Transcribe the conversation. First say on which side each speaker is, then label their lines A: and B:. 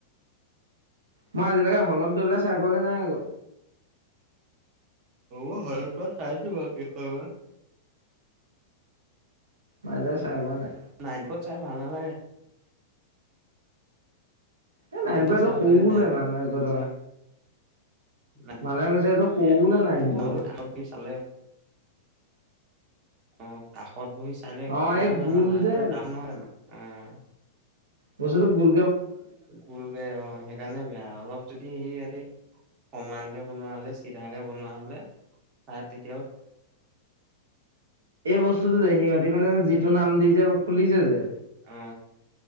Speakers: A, on the right; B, on the right.
A: মই আজিলৈকে হলত গৈ পেলাই চাই পোৱা গে নাই আকৌ।
B: অ হল পৰা চাইছোঁ বাও কেইখন মান।
A: মই আজিলৈকে চাই পোৱা নাই।
B: নাই পত চাই ভাল নালাগে।
A: এ নাইপতটো
B: বিহত চাই ভাল
A: সৰু
B: লাগে
A: বোলে
B: নাইন
A: মানুহে কৈ থকা-
B: ন
A: মানুহে কৈছে এইটো
B: এ
A: বোলে
B: সৰু
A: নাৰায়ণপুৰটো
B: আৰু কাষত বি চালে অ কাষত বহি চাই লৈ একেবাৰে
A: অ এই
B: ভাল
A: গোল
B: নালাগে
A: যে
B: ত ৰাউণ্ড নহয় জানো অ।
A: বচটোটো গোল
B: গোলকে অ সেইকাৰণে বেয়া অলপ যদি সি সিহঁতি সমান কে বনোৱা হলে চিধা কে বনোৱা হলে চাই ঠিক
A: এই বস্তুটো যে সিহঁতি মানে যিটো নাম দি যে খুলিছে যে
B: অ